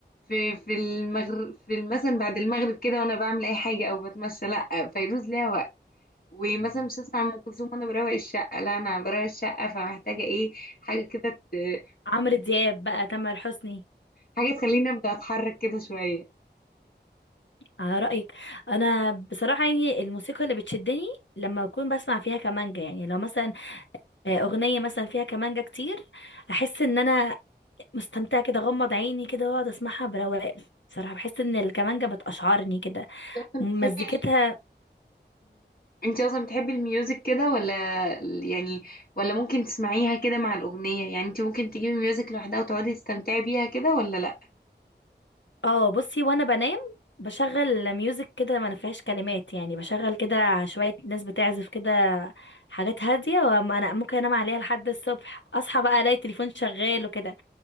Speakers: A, on the left; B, on the left.
A: في في المغرب في ال- مثلا بعد المغرب كده وانا بعمل اي حاجه او بتمشى لا فيروز ليها وقت ومثلا مش هسمع ام كلثوم وانا بروق الشقه لا انا بروق الشقه فمحتاجه ايه حاجه كده ت-
B: عمرو دياب بقى تامر حسني
A: حاجه تخليني ابدا اتحرك كده شويه
B: على رأيك انا بصراحة يعني الموسيقى اللي بتشدني لما اكون بسمع فيها كمانجا يعني لو مثلا آه، اغنية مثلا فيها كمانجا كتير احس ان انا مستمتعة كده غمض عيني كده واقعد اسمعها برواق بصراحة بحس ان الكمانجا بتقشعرني كده
A: بتحبي
B: مزيكتها
A: انت اصلا بتحبي الميوزك كده ولا يعني ولا ممكن تسمعيها كده مع الاغنيه يعني انت ممكن تجيبي ميوزك لوحدها وتقعدي تستمتعي بيها كده ولا لا
B: اه بصي وانا بنام بشغل ميوزك كده ما فيهاش كلمات يعني بشغل كده شوية ناس بتعزف كده حاجات هادية وانا ممكن انام عليها لحد الصبح اصحى بقى الاقي التليفون شغال وكده